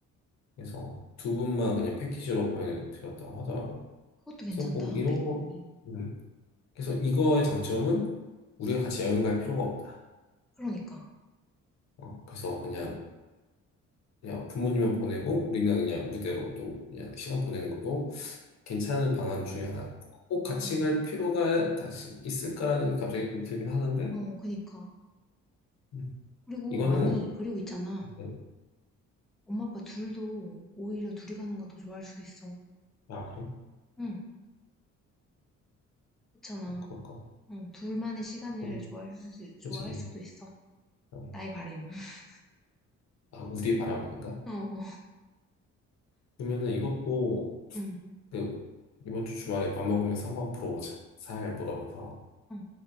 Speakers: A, on the left; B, in the centre.
A: 그래서 두 분만 그냥 패키지로 보내드렸다고 하더라고.
B: 그것도 괜찮다.
A: 그래서 뭐 이런
B: 패키지.
A: 거, 음. 그래서 이거의 장점은 우리가 같이 여행 갈 필요가 없다.
B: 그러니까.
A: 어, 그래서 그냥, 그냥 부모님만 보내고 우리는 그냥 우리대로 또 그냥 시간 보내는 것도 괜찮은 방안 중에 하나. 꼭 같이
B: 어,
A: 갈 필요가 다시 있을까라는 게 갑자기 좀 들긴 하는데,
B: 어, 그니까.
A: 음.
B: 그리고,
A: 이거는,
B: 아니, 그리고 있잖아.
A: 네.
B: 엄마, 아빠 둘도 오히려 둘이 가는 거 더 좋아할 수도 있어.
A: 아, 그래?
B: 응, 그렇잖아.
A: 어, 그럴까?
B: 응, 둘만의 시간을
A: 그럼,
B: 좋아할 수, 좋아할
A: 그지.
B: 수도 있어.
A: 어.
B: 나의 바램. <laughs>
A: 아, 우리 바람 아닌가?
B: 어, 어,
A: 그러면은 이것도
B: 응,
A: 그, 이번 주 주말에 밥 먹으면서 한번 물어보자. 살 물어봐서.
B: 어.